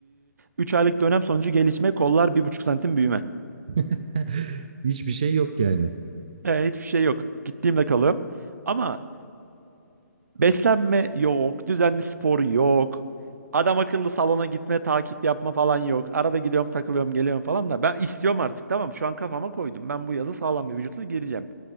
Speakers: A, on the right (about 60°); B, on the right (about 25°).
A: 3 aylık dönem sonucu gelişme kollar bir buçuk santim büyüme.
B: <laughs> Hiçbir şey yok yani.
A: E, hiçbir şey yok. Gittiğimde kalıyorum. Ama beslenme yok, düzenli spor yok. Adam akıllı salona gitme, takip yapma falan yok. Arada gidiyorum, takılıyorum, geliyorum falan da ben istiyorum artık tamam. mı? Şu an kafama koydum. Ben bu yazı sağlam bir vücutla gireceğim.